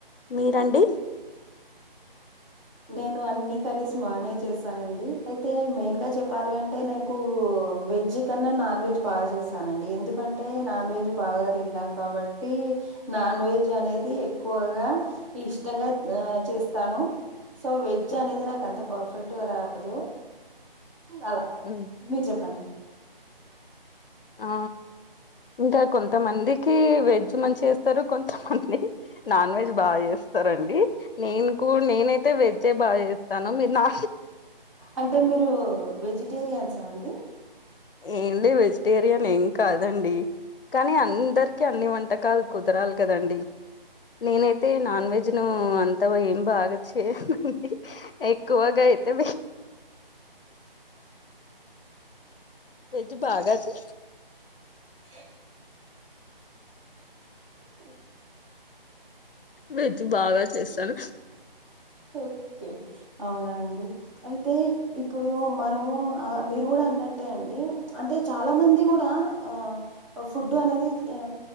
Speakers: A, on the left (about 65°); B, on the right (about 35°).
A: మీరండి
B: నేను అన్ని కర్రీస్ బాగనే చేస్తానండి అయితే మెయిన్‌గా చెప్పాలి అంటే నాకు వెజ్ కన్నా నాన్ వెజ్ బాగా చేస్తానండి ఎందుకంటే నాన్ వెజ్ బాగా తింటాం కాబట్టి నాన్ వెజ్ అనేది ఎక్కువగా ఇష్టంగా చేస్తాను సో వెజ్ అనేది నాకు అంత పర్ఫెక్ట్‌గా రాదు అలా
A: హ్మ్.
B: మీరు చెప్పండి
A: ఆ ఇంకా కొంతమందికి వెజ్ మంచిచేస్తారు కొంతమంది నాన్ వెజ్ బాగా చేస్తారంండి నేను కూడా నేనై తే వెజ్జే బాగా చేస్తాను మీరు నా
B: అంటే మీరు వెజిటేరియన్సా అండి
A: ఏంలే వెజిటేరియన్ ఏం కాదండి కానీ అందరికి అన్ని వంటకాలు కుదరాలి కదండీ నేనైతే నాన్ వెజ్‌ను అంత ఏం బాగా చేయనండి ఎక్కువగా అయితే వెజ్ బాగా చే
B: ఎ మ్మ్
A: వెజ్ బాగా చేస్తాను
B: ఓకే అవునా అండి అయితే ఇప్పుడు మనము ఆ మీరు కూడా అన్నట్టే అండి అంటే చాలా మంది కూడా ఆ ఫుడ్ అనేది ఆ